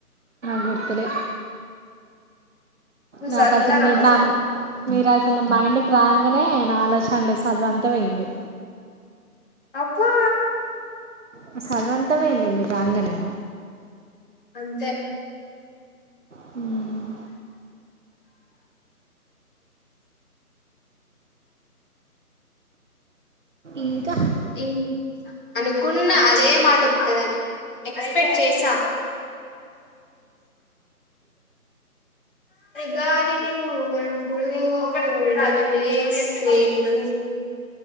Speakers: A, on the right; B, on the left.
A: వినొత్తలే
B: నువ్వు
A: నాకు
B: చదువుతానవా
A: అసలు మీరు నా మీరు అసలు మైండ్కి రాంగ్నే నా ఆలోచన లేదు చద్వంతా పోయింది
B: అబ్బా
A: నా సదువు అంతా పోయిందే మీరు రాంగనే
B: అంతే
A: హ్మ్ ఇంకా
B: ఇం అనుకున్న అదే మాట వస్తదని ఎక్స్పెక్ట్ చేసా గాలివి నువ్వు అంటు వల వేసేను